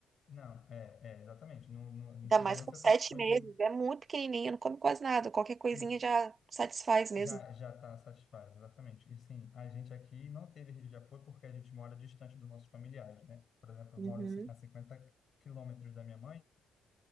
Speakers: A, on the left (about 55°); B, on the right (about 45°).
A: Não, é, é exatamente. Não, não, não
B: Ainda
A: chega
B: mais
A: nem
B: com
A: a ser
B: sete
A: o tamanho
B: meses,
A: de
B: é muito pequenininho, não come quase nada, qualquer coisinha
A: um.
B: já satisfaz mesmo.
A: Já, já está satisfaz, exatamente. E sim, a gente aqui não teve rede de apoio porque a gente mora distante dos nossos familiares, né? Por exemplo, eu
B: Uhum.
A: moro a cinquenta quilômetros da minha mãe,